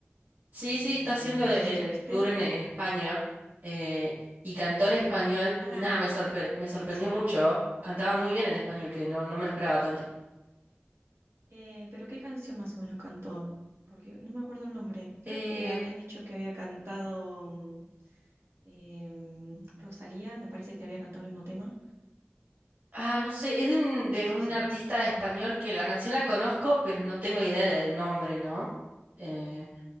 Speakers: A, on the right; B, on the right.
A: Sí,
B: Eh,
A: sí, está
B: no
A: haciendo e-,
B: sé si la
A: el
B: viste.
A: tour en, en España eh, y cantó
B: Sí.
A: en español
B: Ah,
A: y nada,
B: en
A: me
B: España,
A: sorpre- me sorprendió
B: sí.
A: mucho. ¿oh? Cantaba muy bien en español, que no, no me lo esperaba tanto.
B: Eh, pero ¿qué canción más o menos cantó? Porque no me acuerdo el nombre. Creo
A: Eh,
B: que habían dicho que había cantado mm, em, Rosalía, me parece que había cantado el mismo tema.
A: Ah, no sé, es de un,
B: No
A: de
B: sé
A: un
B: si.
A: artista español que la canción la conozco, pero no tengo idea del nombre, ¿no? Eh,